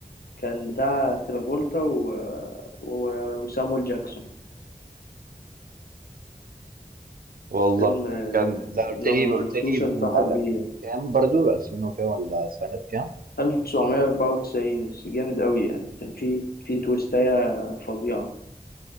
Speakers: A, on the left; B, on the right.
A: كان بتاع ترافولتا و... و... وسامويل جاكسون
B: والله
A: فيلم آه،
B: كان
A: لو
B: ده قلت
A: لو
B: لي
A: ما
B: قلت
A: شفتوش
B: لي من
A: انصحك بيه
B: من
A: يعني
B: كام برضو 2000 وكام ولا سنه كام
A: 1994 بس جامد قوي يعني كان في في تويستاية فظيعة